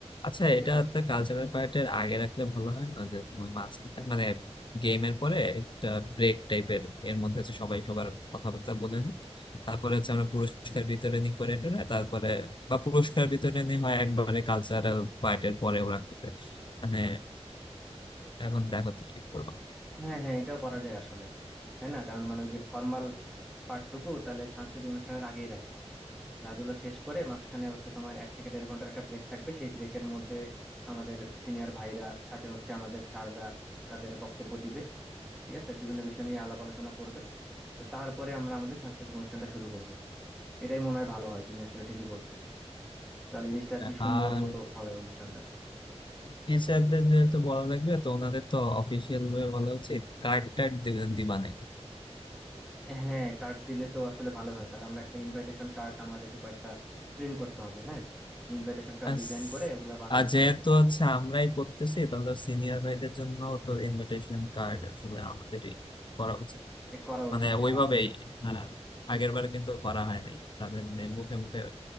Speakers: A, on the left (about 45°); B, in the centre.
A: আচ্ছা
B: ঠিক
A: এটাতে
B: আছে
A: কালচারাল পার্টের আগে রাখলে ভালো হয় না যে তোমার মাঝখানে মানে গেমের পরে একটা ব্রেক টাইপের এর মধ্যে হচ্ছে সবাই সবার কথাবার্তা বলে নি তারপরে হচ্ছে আমরা পুরস্কার বিতরণী করে টোরে তারপরে বা পুরস্কার বিতরণী হয় একবারে কালচারাল পার্টের পরেও রাখতে দেয়। মানে এখন দেখো তো কি করবো
B: হ্যাঁ হ্যাঁ এটাও করা যায় আসলে তাই না কারণ মানে ওই যে ফর্মাল পার্টটুকু তাহলে সাংস্কৃতিক অনুষ্ঠানের আগেই রাখি খেলাধুলা শেষ করে মাঝখানে হচ্ছে তোমার এক থেকে দেড় ঘন্টার একটা ব্রেক থাকবে সেই ব্রেকের মধ্যে আমাদের সিনিয়র ভাইরা সাথে হচ্ছে আমাদের স্যাররা তাদের বক্তব্য দিবে ঠিক আছে বিভিন্ন বিষয় নিয়ে আলাপ আলোচনা করবে তো তারপরে আমরা আমাদের সাংস্কৃতিক অনুষ্ঠানটা শুরু করব এটাই মনে হয় ভালো হয় তুমি আসলে ঠিকই বলছো তাহলে জিনিসটা আর কি
A: আর
B: সুন্দর মতো হবে অনুষ্ঠানটা
A: টিচারদের যেহেতু বলা লাগবে তো ওনাদের তো অফিসিয়াল ভাবে বলা উচিত কার্ড টার্ড দিবেন দিবা না
B: হ্যাঁ কার্ড দিলে তো আসলে ভালো হয় তাহলে আমরা একটা ইনভাইটেশন কার্ড আমাদেরকে কয়েকটা প্রিন্ট করতে হবে হ্যাঁ ইনভাইটেশন কার্ড
A: আর
B: ডিজাইন
A: স-
B: করে ওগুলা বানায়
A: আর
B: নিতে
A: যেহেতু
B: হবে
A: হচ্ছে আমরাই করতেছি তাহলে সিনিয়র ভাইদের জন্য তো ইনভিটেশন কার্ড আসলে আমাদেরই করা উচিত
B: এ করা
A: মানে
B: উচিত হ্যাঁ
A: ওইভাবেই
B: অবশ্যই
A: হ্যাঁ আগের বার কিন্তু করা হয় নাই তাদের মানে মুখে মুখে